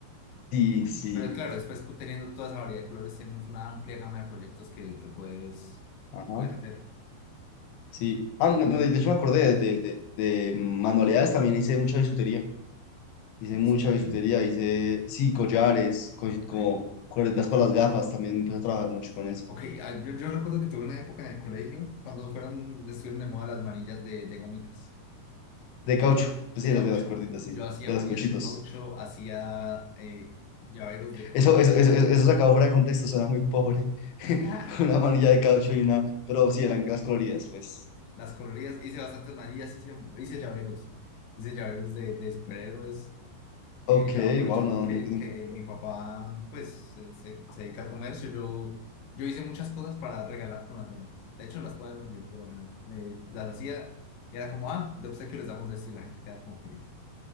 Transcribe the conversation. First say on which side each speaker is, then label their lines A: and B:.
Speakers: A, on the left; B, on the left.
A: sí, sí.
B: Pero claro, después cu- teniendo toda esa variedad de colores, tienes una amplia gama de proyectos que, que puedes,
A: Ajá.
B: que puedes hacer.
A: Sí. Ah, no, no, de hecho me acordé de, de, de mm, manualidades, también hice mucha bisutería. Hice
B: Listo,
A: mucha
B: te
A: bisutería,
B: digo.
A: hice, sí, collares, co-
B: Ok.
A: como cuerdas para las gafas, también empecé a trabajar mucho con eso.
B: Ok, ah, yo, yo recuerdo que tuve una época en el colegio cuando fueron, estuvieron de moda las manillas de, de gomitas.
A: De caucho, pues
B: de
A: sí,
B: caucho.
A: las de las cuerditas,
B: Yo
A: sí,
B: hacía
A: de
B: manillas
A: los cochitos.
B: de caucho, hacía eh, llaveros de caucho,
A: Eso, eso, eso, eso eso sacado fuera de contexto, suena muy pobre. <laughs>
B: <laughs>
A: Una manilla de caucho y una, pero sí, eran las coloridas, pues.
B: las coloridas, hice bastantes manillas, hice, hice llaveros, hice llaveros de, de superhéroes.
A: Ok,
B: Eh, yo aprovechando
A: wow, no,
B: que,
A: no, no.
B: que mi papá pues se, se- se dedica al comercio, yo, yo hice muchas cosas para regalar con las ventas. De hecho, las puedes vender, pero bueno, eh, las hacía, y era como, ah, de obsequio les damos esto y la gente queda como feliz.